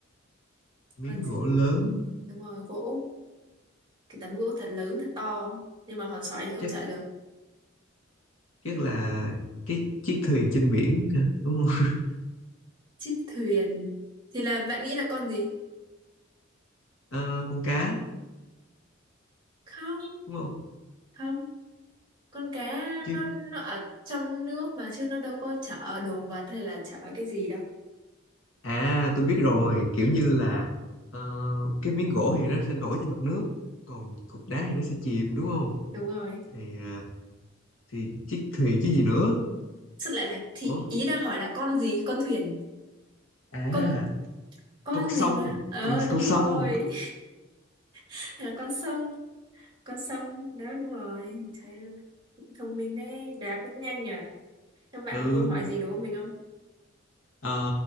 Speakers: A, on the left; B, on the right.
A: miếng
B: Con gì?
A: gỗ lớn
B: Đúng rồi, gỗ. Cái tấm gỗ thật lớn thật to nhưng mà hòn sỏi thì không
A: chắc
B: chở được.
A: chắc là cái chiếc thuyền trên biển hả? đúng không <laughs>
B: Chiếc thuyền thì là bạn nghĩ là con gì?
A: Ờ, con cá
B: Không,
A: đúng không
B: không, con cá
A: chứ
B: nó nó ở trong nước mà chứ nó đâu có chở đồ vật hay là chở cái gì đâu.
A: à tôi biết rồi kiểu như là ờ, cái miếng gỗ thì nó sẽ nổi trên mặt nước còn cục đá thì nó sẽ chìm đúng không
B: Đúng rồi.
A: thì à, thì chiếc thuyền chứ gì nữa
B: Xuất lại là thì
A: ủa
B: ý đang hỏi là con gì? Con thuyền.
A: à
B: Con con
A: con
B: gì
A: sông
B: mà? Ờ
A: con
B: đúng
A: con
B: rồi.
A: sông
B: <laughs> Hay là con sông, con sông đó đúng rồi. Trời ơi, cũng thông minh đấy, đoán cũng nhanh nhỉ. Các bạn
A: ừ
B: có câu hỏi gì đố mình không?
A: ờ,